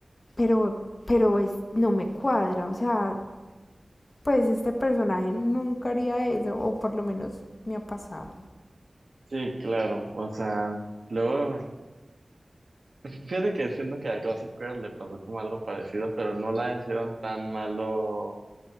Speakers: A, on the left (about 45°); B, on the right (about 65°).
A: pero, pero es, no me cuadra. O sea, pues este personaje nunca haría eso o por lo menos me ha pasado.
B: sí, claro. O sea, luego, fíjate que siento que a Gossip Girl le pasó como algo parecido, pero no la hicieron tan malo